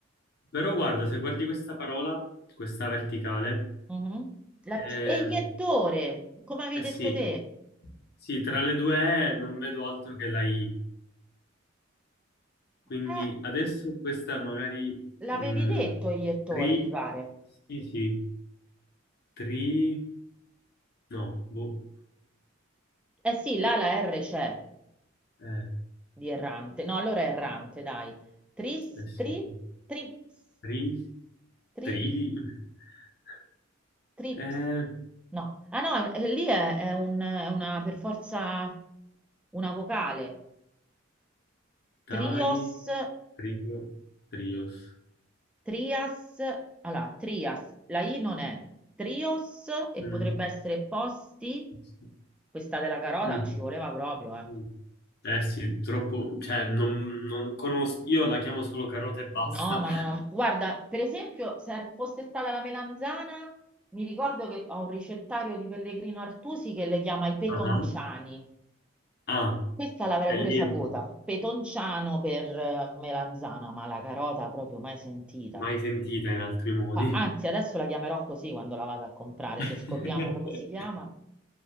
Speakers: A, on the left; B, in the centre.
A: Però guarda, se guardi questa parola, questa verticale,
B: Mhm. La-
A: eh,
B: e iettore, come avevi
A: eh
B: detto
A: sì,
B: te?
A: sì, tra le due E non vedo altro che la I. Quindi
B: Eh,
A: adesso questa magari
B: l'avevi
A: mh,
B: detto iettore,
A: tri,
B: mi pare.
A: sì, sì, tri, no, boh,
B: Eh sì, là la R c'è
A: eh,
B: di errante. No, allora è errante, dai. Tris,
A: eh sì,
B: tri, trips,
A: tri,
B: tri,
A: tri, <laughs>
B: trips.
A: eh,
B: No, ah no, è- lì è, è un- è una per forza una vocale. Trios
A: dai, trio, trios,
B: Trias, allora, Trias, la I non è Trios e
A: Mm,
B: potrebbe essere Posti,
A: sì,
B: questa della carota
A: mm,
B: non ci voleva proprio, eh.
A: mm. eh sì, troppo, cioè non, non conosco, io la chiamo solo carota e basta,
B: No, ma non ho... Guarda, per esempio, se fosse stata la melanzana, mi ricordo che ho un ricettario di Pellegrino Artusi che le chiama i petonciani.
A: ah, ah,
B: Questa l'avrei
A: è
B: pure
A: lì,
B: saputa,
A: ok.
B: petonciano per eh, melanzana, ma la carota proprio mai sentita.
A: mai sentita in altri modi.
B: Ma- Anzi, adesso la chiamerò così quando la vado a comprare,
A: <laughs>
B: se scopriamo come si chiama.